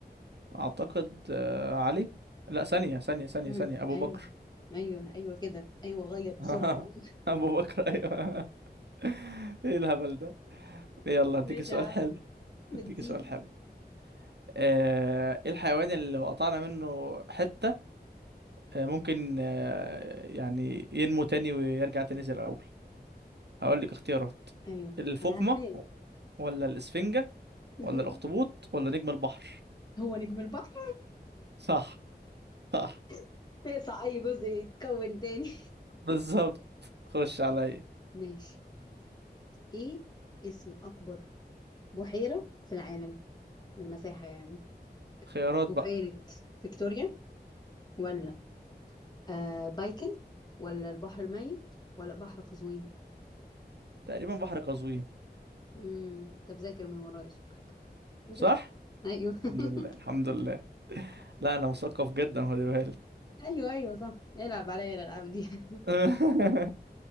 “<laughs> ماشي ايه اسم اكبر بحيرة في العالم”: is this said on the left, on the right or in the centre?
Left